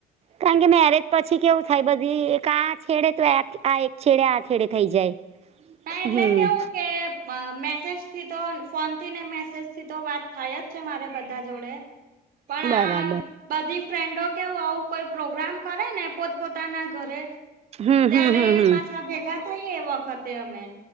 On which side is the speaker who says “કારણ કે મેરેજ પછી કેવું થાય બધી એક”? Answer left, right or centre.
Right